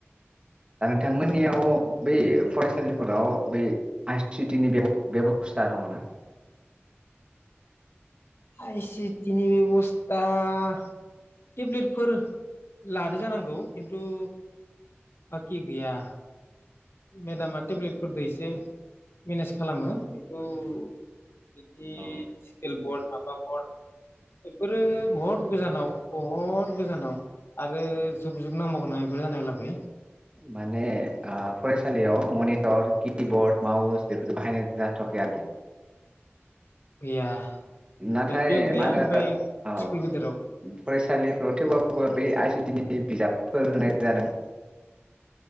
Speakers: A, on the right; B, on the left.
A: दा नोंथांमोननियाव बै फरायसालिफोराव बै आइ सिटि नि बेब बेबस्था दङ ना?
B: आइ सिटि नि बेबस्था टेब्लेटफोर लादो जानांगौ खिन्थु बाकि गैया। मेदामा टेब्लेटफोरदो इसे मेनेज खालामो। औ। बिदि डिजिटेल
A: औ
B: बर्ड माबाफोर बेफोरो बहुत गोजानाव बहुद गोजानाव आरो
A: औ
B: जुग -जुग नांबागोन मा बेफोर जानायाव लागै
A: माने ओह फरायसालियाव मनिटर किबर्ड माउस बेफोर बाहायनाय जाथवाखै आरोखि।
B: गैया
A: नाथाय
B: एल पि आव गैया
A: मा होनो
B: ओमफ्राय
A: ओ
B: स्कुल गेदेराव
A: फरायसालिफ्राव थेवबाबाबो बै आइ सिटि नि बिजाबफोर होनाय जादों।